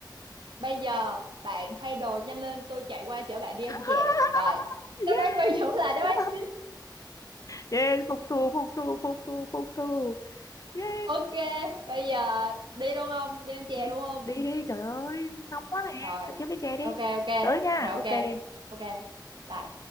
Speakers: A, on the right; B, on the left.
A: Bây giờ bạn thay đồ nhanh lên, tôi chạy qua chở bạn đi
B: <laughs>
A: ăn chè. Rồi, đáp án Quang Dũng
B: yeah
A: là đáp án chính
B: yeah phục thù phục thù phục thù phục thù yeah
A: Ok, bây giờ đi luôn không? Đi ăn chè
B: đi
A: luôn không?
B: đi đi trời ơi nóng quá nè
A: Rồi,
B: Tao kiếm lấy chè đi
A: ok ok,
B: tới nha
A: dạ ok,
B: ok
A: ok, bye.